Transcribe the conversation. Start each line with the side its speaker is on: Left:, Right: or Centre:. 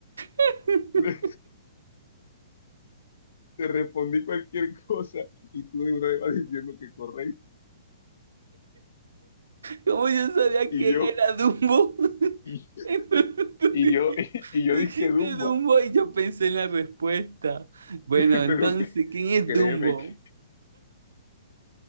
Right: <laughs>
Left: le- te respondí cualquier cosa y tú de una vez vas diciendo que correcto.
Right: ¿Cómo yo sabía
Left: Y
Right: quién
Left: yo,
Right: era Dumbo? <laughs>
Left: y,
Right: Entonces tú
Left: y
Right: di-
Left: yo, <laughs> y, yo
Right: tú
Left: dije
Right: dijiste
Left: Dumbo.
Right: Dumbo y yo pensé en la respuesta. Bueno,
Left: <laughs>
Right: entonces,
Left: Pero que,
Right: ¿quién es
Left: créeme
Right: Dumbo?
Left: que,